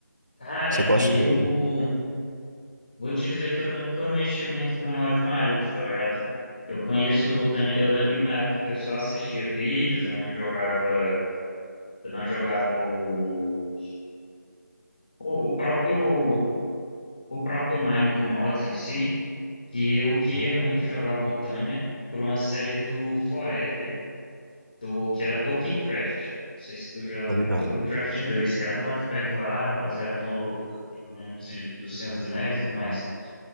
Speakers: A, on the left (about 30°); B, on the right (about 70°).
A: Cara,
B: Você gosta
A: eu
B: dele?
A: vou te dizer que eu nunca mexi muito com molde mágico, tá ligado? Eu conheço botânia, eu lembro na época que eu só assistia vídeos, eu não jogava, eu não jogava o, o, o próprio o próprio Mine com mods em si, que eu queria
B: Uhum.
A: muito jogar botânia por uma série do Forever. do que era Tolkien Craft. Não sei se tu já
B: Tô
A: viu.
B: ligado.
A: Tolkien Craft 2, que era um modpack lá, baseado no no mundo de- do Senhor dos Anéis e tudo mais.